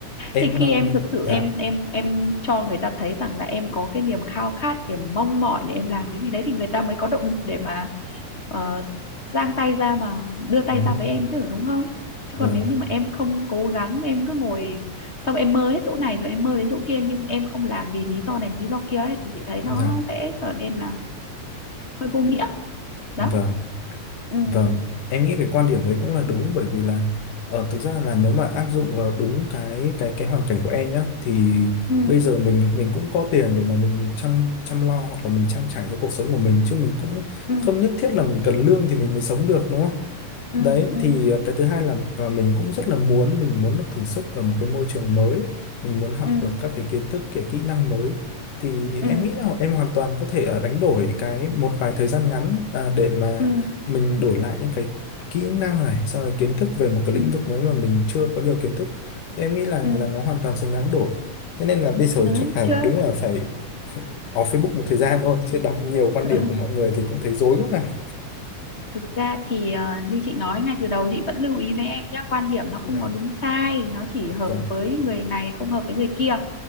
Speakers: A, on the left (about 80°); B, on the left (about 20°).
A: Em
B: thì khi
A: ờ,
B: em thực sự
A: dạ
B: em em em cho người ta thấy rằng là em có cái niềm khao khát niềm mong mỏi để em làm cái gì đấy thì người ta mới có động lực để mà ờ, giang tay ra mà đưa tay
A: đúng
B: ra
A: rồi.
B: với em chứ đúng không chứ
A: Vâng.
B: còn nếu như mà em không cố gắng em cứ ngồi xong em mơ hết chỗ này rồi em mơ đến chỗ kia nhưng em không làm vì lý do này lý do kia ấy, thì chị thấy nó
A: Dạ
B: sẽ trở nên là hơi vô nghĩa đó
A: vâng.
B: ừ
A: Vâng, em nghĩ cái quan điểm đấy cũng là đúng bởi vì là ờ, thực ra là nếu mà áp dụng vào đúng cái cái cái hoàn cảnh của em nhá thì
B: ừ
A: bây giờ mình mình cũng có tiền để mà mình chăm chăm lo hoặc là mình trang trải cho cuộc sống của mình chứ mình cũng
B: ừ
A: không nhất thiết là mình cần lương thì mình mới sống được đúng không?
B: ừ
A: đấy
B: ừ
A: thì ờ, cái thứ hai là và mình cũng rất là muốn mình muốn được thử sức ở một cái môi trường mới mình muốn học
B: ừ
A: được các cái kiến thức cái kỹ năng mới thì
B: ừ
A: em nghĩ là em hoàn toàn có thể ờ, đánh đổi cái một vài thời gian ngắn à, để mà
B: ừ
A: mình đổi lại những cái kỹ năng này xong rồi kiến thức về một cái
B: ừ
A: lĩnh vực mới mà mình chưa có nhiều kiến thức thì em nghĩ là
B: ừ.
A: là nó hoàn toàn xứng đáng đổi thế nên là bây giờ
B: đấy
A: chắc là
B: chưa
A: đúng là phải off Facebook một thời gian thôi chứ đọc nhiều quan
B: <laughs>
A: điểm của mọi người thì cũng thấy rối quá à
B: thực ra thì ờ, như chị nói ngay từ đầu chị vẫn lưu ý với em nhá quan điểm nó không
A: dạ
B: có đúng sai nó chỉ hợp
A: dạ
B: với người này không hợp với người kia